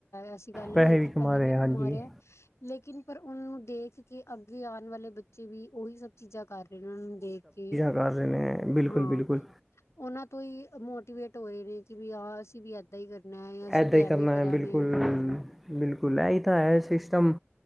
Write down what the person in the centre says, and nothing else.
ਪੈਸੇ
ਕਮਾ
ਰਹੇ
ਆ, ਹਾਂਜੀ
ਕਰਰੇ ਨੇ। ਬਿਲਕੁਲ
ਬਿਲਕੁਲ
ਇੱਦਾਂ
ਕਰਨਾ
ਹੈ ਬਿਲਕੁਲ
ਬਿਲਕੁਲ, ਇਹੀ ਤਾਂ ਹੈ ਸਿਸਟਮ।